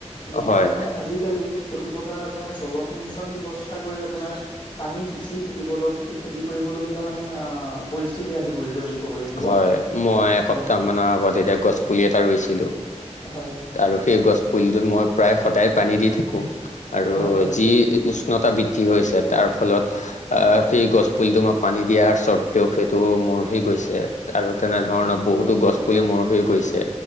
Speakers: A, on the left; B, on the left.
A: গতিকে
B: হয়
A: মানে আজিকালি খেতি পথাৰত আপোনাৰ জলসিঞ্চন ব্যৱস্থা কৰি আপোনাৰ পানী সিচি খেতি বলক খেতি কৰিব। কৰিবলগীয়া মানে অ পৰিস্থিতি আহি পৰিছে বুলি ক'ব লাগিব।
B: হয় মই এসপ
A: হয়
B: তাৰমানৰ আগত এতিয়া গছ পুলি এটা ৰুইছিলো
A: হয়
B: আৰু আ সেই গছপুলিটো মই- প্ৰায় সদায় পানী দি থাকো। আৰু
A: হয় হয়
B: যি উষ্ণতা বৃদ্ধি হৈছে তাৰ ফলত আ সেই গছ পুলিটো মই পানী দিয়াৰ স্বত্ত্বেও সেইটো মৰহি- গৈছে আৰু তেনেধৰণৰ
A: হয়
B: বহুতো গছ পুলি মৰহি গৈছে।